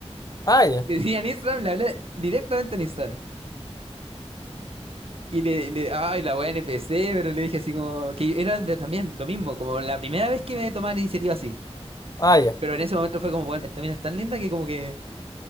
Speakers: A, on the left; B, on the right.
A: Ah,
B: <laughs>
A: ya,
B: Y tenía el Instagram, le hablé directamente en Instagram. Y le, le- ay, la wea NPC, pero le dije así como, que era de- también lo mismo, como la primera vez que me tomaba la iniciativa así.
A: ah, ya.
B: Pero en ese momento fue como, bueno, esta mina es tan linda que como que,